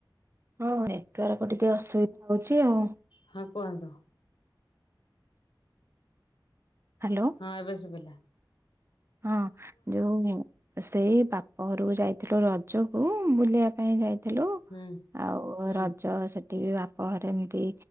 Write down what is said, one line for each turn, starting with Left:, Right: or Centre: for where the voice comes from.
Right: ହଁ ନେଟୱାର୍କ ଟିକେ ଅସୁବିଧା ହଉଛି ଆଉ।
Left: ହଁ କୁହନ୍ତୁ।
Right: ହ୍ୟାଲୋ
Left: ହଁ ଏବେ ଶୁଭିଲା।
Right: ହଁ ଯୋଉ ସେଇ ବାପ ଘରକୁ ଯାଇଥିଲୁ ରଜକୁ ବୁଲିବା ପାଇଁ ଯାଇ ଥିଲୁ
Left: ହୁଁ
Right: ଆଉ
Left: ହୁଁ
Right: ରଜ ସେଠି ବି ବାପଘରେ ଏମିତି